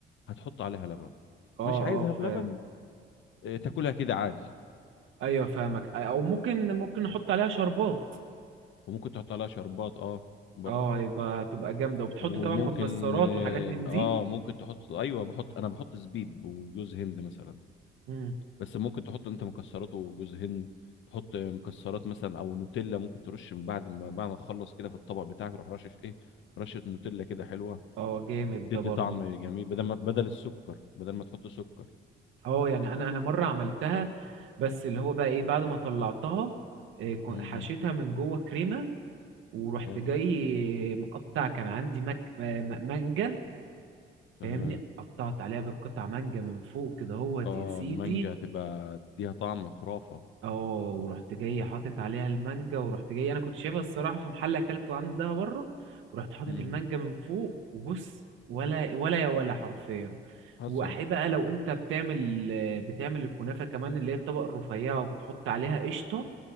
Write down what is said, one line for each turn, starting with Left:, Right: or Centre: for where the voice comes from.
Left: هتحط عليها لبن
Right: اه
Left: مش عايزها
Right: اه
Left: بلبن
Right: فاهم
Left: آه، تاكلها كده عادي
Right: ايوه فاهمك او ممكن ممكن نحط عليها شربات
Left: وممكن تحط عليها شربات اه برضو
Right: اه هيبقى هتبقى جامدة وبتحط
Left: وممكن
Right: طبعا مكسرات
Left: اه
Right: وحاجات من دي
Left: آه، ممكن تحط ايوه بحط انا بحط زبيب وجوز هند مثلا
Right: مم.
Left: بس ممكن تحط انت مكسرات وجوز هند تحط مكسرات مثلا او نوتيلا ممكن ترش من بعد ما بعد ما تخلص كده في الطبق بتاعك تروح رشش ايه رشة نوتيلا كده حلوة
Right: اه جامد
Left: تدي
Right: ده برضو
Left: طعم جميل بدل ما بدل السكر بدل ما تحط سكر
Right: اه يعني انا انا مرة عملتها بس اللي هو بقى ايه بعد ما طلعتها إيه، كو-
Left: امم
Right: حشيتها من جوه كريمة ورحت
Left: حلو
Right: جاي مقطع كان عندي مك... م- م- مانجا
Left: تمام
Right: فاهمني قطعت عليها بالقطع مانجا من فوق كده هوت
Left: اه
Right: يا سيدي
Left: المانجا تبقى تديها طعم خرافة
Right: اه ورحت جاي حاطط عليها المانجا ورحت جاي انا كنت شايفها الصراحه في محل اكلته عندها بره ورحت حاطط
Left: امم
Right: المانجا من فوق وبص ولا ولا يا ولا حرفيا
Left: حسن
Right: واحب بقى لو انت بتعمل بتعمل الكنافه كمان اللي هي الطبقه الرفيعه وبتحط عليها قشطه